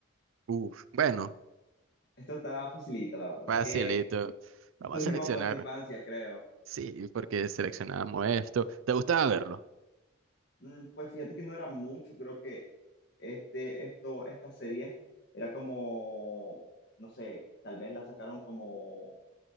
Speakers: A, on the right; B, on the left.
A: Uf, bueno,
B: Esto está facilita, la verdad.
A: facilito.
B: Es que
A: Vamos
B: tuvimos
A: a seleccionar.
B: buena infancia, creo.
A: Sí, porque seleccionamos esto. ¿Te gustaba verlo?
B: Mm, Pues fíjate que no era mucho, creo que este, esto, esta serie era como, no sé, tal vez la sacaron como